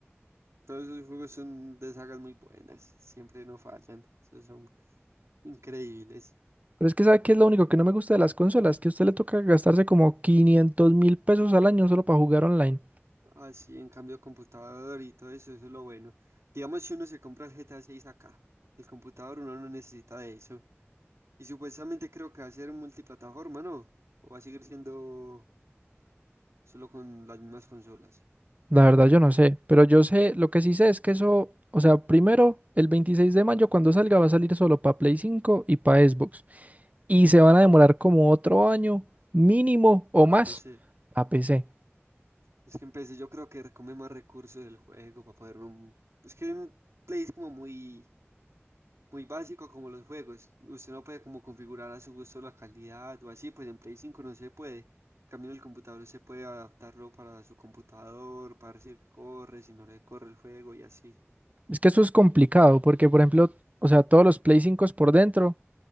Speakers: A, on the right; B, on the right.
A: Todos esos juegos son de sagas muy buenas, siempre no fallan, esos son increíbles.
B: Pero es que ¿sabe qué es lo único que no me gusta de las consolas? Que a usted le toca gastarse como 500 mil pesos al año solo para jugar online.
A: Así, en cambio, computador y todo eso, eso es lo bueno. Digamos, si uno se compra el GTA 6 acá, el computador uno no necesita de eso. Y supuestamente creo que va a ser multiplataforma, ¿no? O va a seguir siendo solo con las mismas consolas,
B: La verdad yo no sé, pero yo sé, lo que sí sé es que eso, o sea, primero, el 26 de mayo cuando salga va a salir solo para Play cinco y para Xbox. Y se van a demorar como otro año mínimo o
A: para
B: más
A: PC.
B: a PC.
A: Es que en PC yo creo que come más recursos del juego para poder... un- Es que en Play es como muy muy básico como los juegos. Usted no puede como configurar a su gusto la calidad o así, pues en Play 5 no se puede. En cambio, en el computador se puede adaptarlo para su computador, para ver si le corre, si no le corre el juego y así.
B: Es que eso es complicado porque, por ejemplo, o sea, todos los Play 5 por dentro,